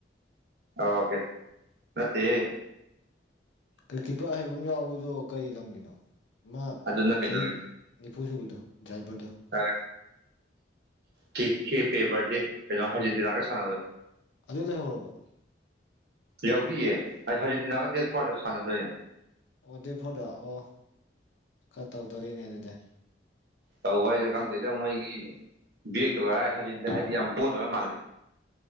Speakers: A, on the right; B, on the left.
A: ꯑꯣꯀꯦ ꯅꯠꯇꯦꯍꯦ
B: ꯄ꯭ꯔꯤꯛꯀꯤꯠꯄꯔ ꯑꯍꯩꯕ ꯌꯥꯎꯕꯗꯣ ꯀꯔꯤ ꯂꯝꯒꯤꯅꯣ ꯃꯥ
A: ꯑꯗꯨꯅ ꯀꯩꯅꯣꯒꯤ
B: ꯆꯍꯤ ꯅꯤꯐꯨ ꯁꯨꯕꯗꯣ ꯗ꯭ꯔꯥꯏꯚꯔꯗꯣ
A: ꯀ ꯀꯦ ꯄꯦ ꯕꯔꯗꯦ ꯀꯩꯅꯣ ꯍꯥꯔꯖꯦꯟꯇꯤꯅꯥꯒ ꯁꯥꯟꯅꯕꯗꯣ
B: ꯑꯗꯨ ꯂꯩꯍꯧꯔꯕꯣ
A: ꯂꯩꯍꯧꯗꯤꯌꯦ ꯑꯩ ꯍꯧꯖꯦꯟꯇꯤꯅꯥꯒ ꯗꯦꯠ ꯐꯣꯔꯗ ꯁꯥꯟꯅꯗꯣꯏꯅꯦ
B: ꯑꯣ ꯗꯦꯠ ꯐꯣꯔꯗ ꯑꯣ ꯈꯔ ꯇꯧꯗꯣꯔꯤꯅꯦ ꯑꯗꯨꯗꯤ
A: ꯇꯧꯕ ꯍꯥꯏꯁꯦ
B: ꯂꯤꯡ
A: ꯈꯪꯗꯣꯏꯗ ꯃꯣꯏꯒꯤ ꯕꯦꯛꯇꯣꯒ ꯍꯧꯖꯦꯟꯇꯤꯅ ꯑꯩꯗꯤ ꯌꯥꯝ ꯄꯣꯠꯇꯔ ꯃꯥꯜꯂꯦ